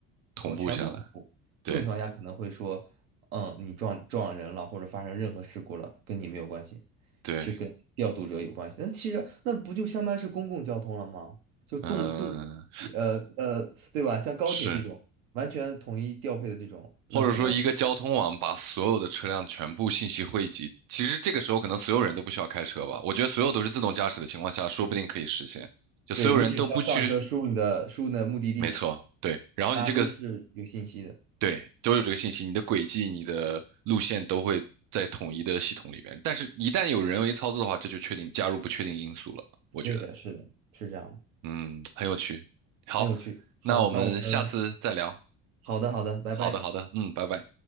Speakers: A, on the right; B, on the right.
A: 同步下来，
B: 同全部同步。
A: 对
B: 这种情况下可能会说，嗯，你撞撞人了或者发生任何事故了，跟你没有关系，
A: 对，
B: 是跟调度者有关系。那其实那不就相当于是公共交通了吗？就动动，
A: 嗯，
B: 呃呃，对吧？像高铁这种完全统一调配的这种，
A: 是。
B: 那可能
A: 或者说一个交通网把所有的车辆全部信息汇集，其实这个时候可能所有人都不需要开车吧。我觉得所有都是自动驾驶的情况下，说不定可以实现，就所有人都不去，
B: 对，你只需要上车，输入你的输入你的目的地，
A: 没错，对。然后你这个
B: 大家都是有信息的。
A: 对都有这个信息，你的轨迹、你的路线都会在统一的系统里面。但是，一旦有人为操作的话，这就确定加入不确定因素了。我觉得，
B: 对的，是的，是这样的，
A: 嗯，很有趣。好，
B: 很有趣。好，
A: 那我们下次再聊。
B: 那我们好的，好的，拜拜。
A: 好的，好的，嗯，拜拜。